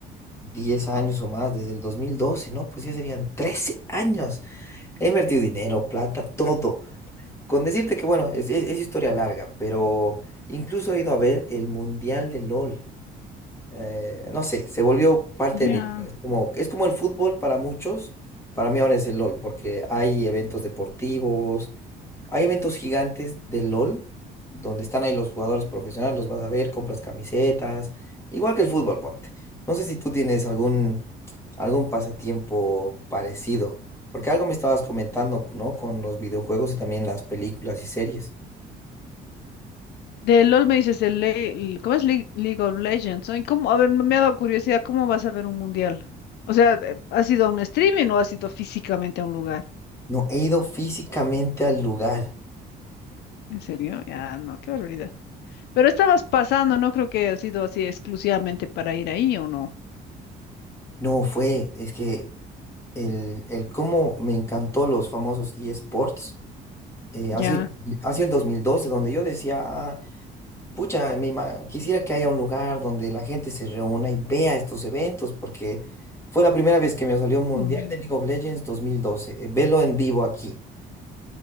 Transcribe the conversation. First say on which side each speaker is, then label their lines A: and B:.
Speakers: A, on the left; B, on the left.
A: 10 años o más, desde el dos mil doce ¿no? Pues ya serían 13 años. He invertido dinero, plata, todo. Con decirte que, bueno, es, es- es historia larga, pero incluso he ido a ver el Mundial de LOL eh, no sé, se volvió parte
B: ya.
A: de mi vida. Es como, es como el fútbol para muchos, para mí ahora es el LOL, porque hay eventos deportivos, hay eventos gigantes del LOL, donde están ahí los jugadores profesionales, los vas a ver, compras camisetas, igual que el fútbol, ponte. No sé si tú tienes algún, algún pasatiempo parecido, porque algo me estabas comentando, ¿no? Con los videojuegos y también las películas y series.
B: De LOL me dices, el, le- el- ¿cómo es League, League of Legends? ¿no? ¿Y cómo? A ver, me ha dado curiosidad, ¿cómo vas a ver un mundial? O sea, eh, ¿has ido a un streaming o has ido físicamente a un lugar?
A: No, he ido físicamente al lugar.
B: ¿En serio? Ya, no, qué barbaridad. Pero estabas pasando, no creo que ha sido así exclusivamente para ir ahí o no.
A: No fue, es que el, el cómo me encantó los famosos eSports. eh, ha
B: Ya.
A: sido, ha sido el 2012, donde yo decía, "Ah, pucha, me ima- quisiera que haya un lugar donde la gente se reúna y vea estos eventos, porque fue la primera vez que me salió Mundial
B: Mm,
A: de League of Legends 2012, eh, velo en vivo aquí.